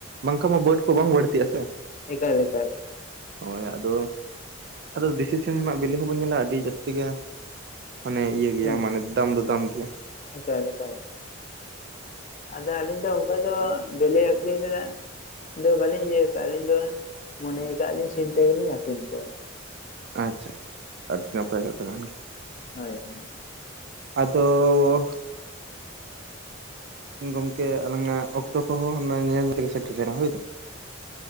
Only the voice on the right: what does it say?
ᱵᱟᱝᱠᱷᱟᱜ ᱢᱟ ᱵᱟᱹᱰ ᱠᱚ ᱵᱟᱝ ᱵᱟᱹᱲᱛᱤᱜᱼᱟ ᱥᱮ᱾
ᱦᱳᱭ ᱟᱫᱚ ᱟᱫᱚ ᱫᱤᱥᱤ ᱥᱤᱢ ᱱᱟᱜ ᱵᱤᱞᱤ ᱦᱚᱸᱵᱚᱱ ᱧᱮᱞᱟ ᱟᱹᱰᱤ ᱡᱟᱹᱥᱛᱤ ᱜᱮ ᱢᱟᱱᱮ ᱤᱭᱟᱹ ᱜᱮᱭᱟ
ᱢᱟᱱᱮ
ᱫᱟᱢ ᱫᱚ ᱫᱟᱢ ᱜᱮᱭᱟ᱾
ᱟᱪᱪᱷᱟ ᱟᱪᱪᱷᱟ ᱟᱹᱰᱤ ᱱᱟᱯᱟᱭ ᱠᱟᱛᱷᱟ ᱠᱟᱱ ᱜᱮᱭᱟ᱾
ᱟᱫᱚᱻᱚ ᱜᱚᱝᱠᱮ ᱟᱞᱟᱝᱟᱜ ᱚᱠᱛᱚ ᱠᱚᱦᱚᱸ ᱚᱱᱟ ᱧᱮᱞ ᱧᱮᱞ ᱛᱮᱜᱮ ᱥᱮᱴᱮᱨᱱᱟ ᱦᱳᱭ ᱥᱮ᱾